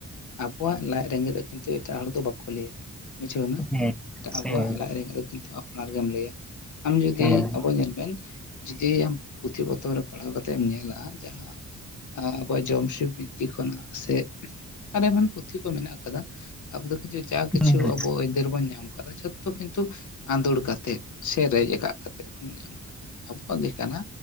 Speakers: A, on the left (about 70°); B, in the centre.
A: ᱟᱵᱚᱣᱟᱜ ᱞᱟᱡ ᱨᱮᱸᱜᱮᱡ ᱫᱚ ᱠᱤᱱᱛᱩ ᱮᱴᱟᱜ ᱦᱚᱲ ᱫᱚ ᱵᱟᱠᱚ ᱞᱟᱹᱭᱟ ᱵᱩᱡᱷᱟᱹᱣ ᱮᱱᱟ
B: ᱦᱮᱸ
A: ᱟᱵᱚᱣᱟᱜ
B: ᱦᱮᱸ
A: ᱞᱟᱡ ᱨᱮᱸᱜᱮᱡ ᱫᱚ ᱠᱤᱱᱛᱩ ᱟᱯᱱᱟᱨ ᱜᱮᱢ ᱞᱟᱹᱭᱟ ᱟᱢ ᱡᱩᱫᱤ
B: ᱦᱮᱸ
A: ᱟᱵᱚ ᱧᱮᱞ ᱵᱮᱱ ᱡᱩᱫᱤ ᱟᱢ ᱯᱩᱛᱷᱤ ᱯᱚᱛᱚᱵ ᱨᱮ ᱯᱟᱲᱦᱟᱣ ᱠᱟᱛᱮᱜ ᱮᱢ ᱧᱮᱞᱟ ᱡᱟᱦᱟᱸ ᱟᱵᱚᱣᱟᱜ ᱡᱚᱢᱥᱤᱢ ᱵᱤᱛᱛᱤ ᱠᱷᱚᱱᱟᱜ ᱥᱮ ᱟᱨ ᱮᱢᱟᱱ ᱯᱩᱛᱷᱤ ᱠᱚ ᱢᱮᱱᱟᱜ ᱟᱠᱟᱫᱟ ᱟᱵᱚ ᱫᱚ ᱠᱤᱪᱷᱩ ᱡᱟ ᱠᱤᱪᱷᱩ
B: ᱦᱮᱸ
A: ᱟᱵᱚ ᱟᱹᱭᱫᱟᱹᱨ ᱵᱚᱱ ᱧᱟᱢ ᱠᱟᱫᱟ ᱡᱷᱚᱛᱚ ᱠᱤᱱᱛᱩ ᱟᱸᱫᱳᱲ ᱠᱟᱛᱮᱫ ᱥᱮ ᱨᱮᱡ ᱠᱟᱜ ᱠᱟᱛᱮ ᱵᱚᱱ ᱧᱟᱢᱫᱟ ᱟᱵᱚᱣᱟᱜ ᱜᱮ ᱠᱟᱱᱟ